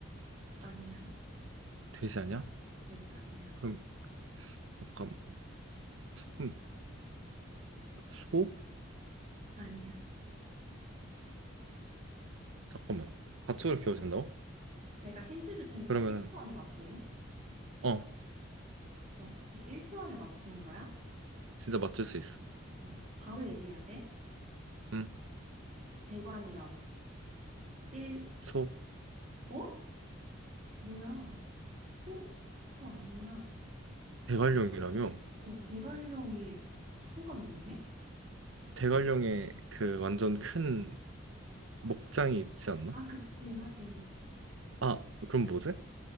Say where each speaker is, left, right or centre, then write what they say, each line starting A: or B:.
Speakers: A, on the right; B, on the right.
A: 아니야.
B: 돼지 아니야?
A: 돼지 아니야.
B: 그럼, 잠깐만. 그럼 소?
A: 아니야.
B: 잠깐만. 가축으로 키워진다고?
A: 내가 힌트 줄 테니까
B: 그러면은,
A: 1초 안에 맞출래?
B: 어.
A: 그럼 진짜 1초 안에 맞추는 거야?
B: 진짜 맞출 수 있어.
A: 어, 바로 얘기해야 돼.
B: 응.
A: 대관령. 1,
B: 소
A: 어? 뭐야? 소, 소 아니야.
B: 대관령이라며?
A: 어, 대관령이 소가 유명해?
B: 대관령에 그 완전 큰 목장이 있지 않나?
A: 아, 그치. 하긴.
B: 아, 그럼 뭐지?